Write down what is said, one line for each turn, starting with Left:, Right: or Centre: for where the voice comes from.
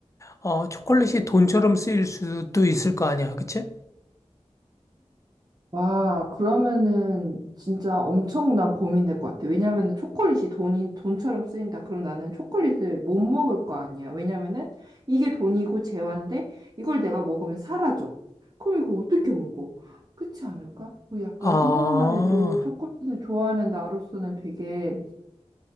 Left: 아, 초콜릿이 돈처럼 쓰일 수도 있을 거 아니야, 그치?
Right: 와, 그러면은 진짜 엄청난 고민될 것 같아. 왜냐면은 초콜릿이 돈이, 돈처럼 쓰인다. 그럼 나는 초콜릿을 못 먹을 거 아니야. 왜냐면은 이게 돈이고 재화인데 이걸 내가 먹으면 사라져. 그럼 이거 어떻게 먹어? 그렇지 않을까? 그 약간
Left: 아,
Right: 생각만 해도 초콜릿을 좋아하는 나로서는 되게,